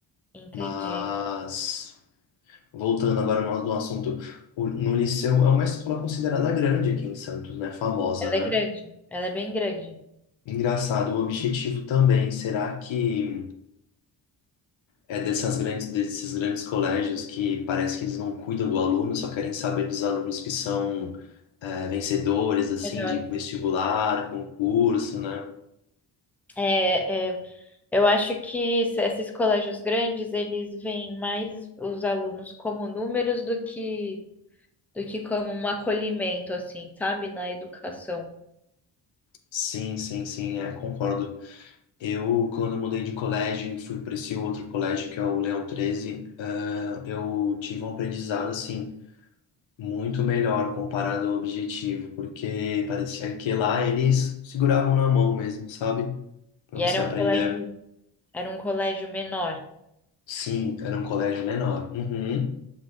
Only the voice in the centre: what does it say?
Entendi.
Ela
é grande, ela é bem grande.
Melhor.
É, é, eu acho que es- esses colégios grandes, eles veem mais os alunos como números do que, do que como um acolhimento, assim, sabe? Na educação.
E
era
um colégio, era um colégio menor.